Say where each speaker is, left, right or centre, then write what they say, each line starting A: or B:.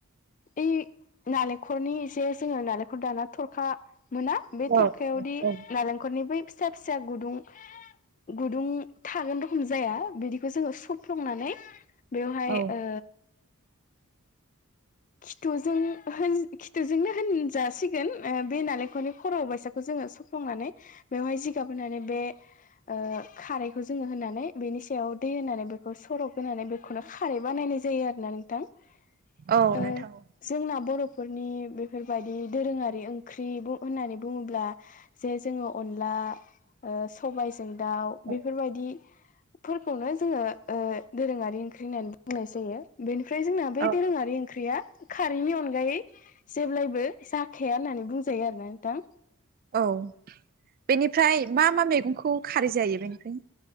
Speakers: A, on the left (about 35°); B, on the right (about 40°).
A: ओइ नालेंखलनि जे जोङो नालेंखर दाना थरखा मोना बे
B: औ
A: थरखायावदि
B: औ
A: नालेंखलनि बै फिसा फिसा गुदुं गुदुं थागोन रखम जाया बिदिखौ जोङो सौफ्लंनानै बेवहाय
B: औ
A: ओ खिथुजों होन जोंनो होनजासिगोन बे नालेंखलनि खर' बायसाखौ जोङो सुफ्लुंनानै बेवहाय जि गाबोनानै बे ओ खारैखौ जोङो होनानै बेनि सायाव दै होनानै बेखौ सरब होनानै बे खौनो खारै बानायनाय जायो आरोना नोंथां
B: औ
A: ओ
B: नोंथां
A: जोंना बर'फोरनि बेफोरबायदि दोरोङारि ओंख्रि होननानै बुङोब्ला जे जोंङो अनला सबायजों दाउ
B: औ
A: बेफोरबायदिफोरखौनो जोङो ओ दोरोङारि ओंख्रि होननानै बुंनाय जायो बेनिफ्राय जोंना बे
B: औ
A: दोरोङारि ओंख्रिया खारैनि अनगायै जेब्लायबो जाखाया होननानै बुंजायो आरोना नोंथां
B: औ बेनिफ्राय मा मा मैगंखौ खारै जायो बेनिफ्राय